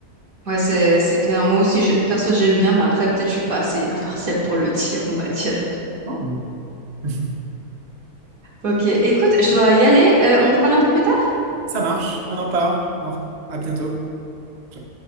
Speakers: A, on the right; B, on the right.
A: Ouais, c'est c'est clair. Moi aussi, je, perso, j'aime bien, mais après, peut-être je suis pas assez <laughs> impartiale pour le dire, on va dire.
B: Oh, mais- <laughs>
A: Ok, écoute, je dois y aller. Euh, on reparle un peu plus tard?
B: Ça marche, on en parle. On en... À bientôt. Ciao.